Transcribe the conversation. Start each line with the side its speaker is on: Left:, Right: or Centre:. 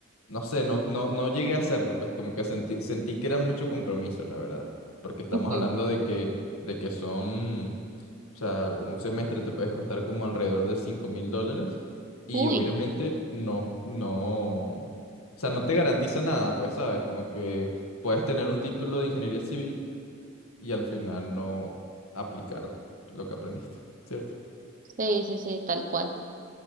Left: No sé, no, no, no llegué a hacerlo, pues como que sentí, sentí que era mucho compromiso, la verdad. Porque estamos
Right: Ujú.
Left: hablando de que, de que son o sea, un semestre te puede costar como alrededor de cinco mil dólares y
Right: Uy,
Left: obviamente no, no, o sea, no te garantiza nada, pues, ¿sabes? Como que puedes tener un título de ingeniería civil y al final no aplicar lo que aprendiste, ¿cierto?
Right: sí, sí, sí, tal cual.